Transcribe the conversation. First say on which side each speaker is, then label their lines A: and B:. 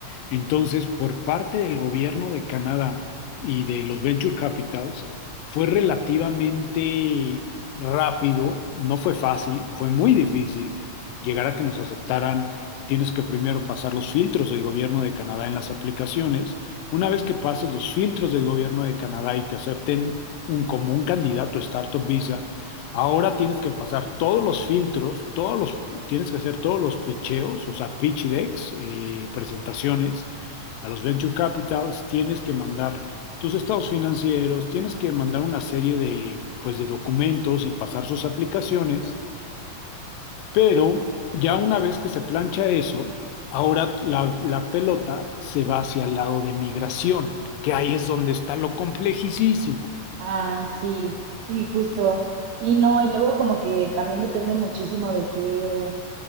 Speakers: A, on the left; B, on the right.
A: Entonces, por parte del gobierno de Canadá y de los Venture Capitals, fue relativamente rápido, no fue fácil, fue muy difícil llegar a que nos aceptaran. Tienes que primero pasar los filtros del gobierno de Canadá en las aplicaciones. Una vez que pases los filtros del gobierno de Canadá y te acepten un, como un candidato Startup Visa, Ahora tienes que pasar todos los filtros, todos los, tienes que hacer todos los pitcheos, o sea, pitch decks, eh, presentaciones a los venture capitals, tienes que mandar tus estados financieros, tienes que mandar una serie de, pues, de documentos y pasar sus aplicaciones, pero ya una vez que se plancha eso, ahora la, la pelota se va hacia el lado de migración, que ahí es donde está lo complejísimo.
B: Ah, sí, sí, justo. Sí, no, y luego como que también depende muchísimo de qué,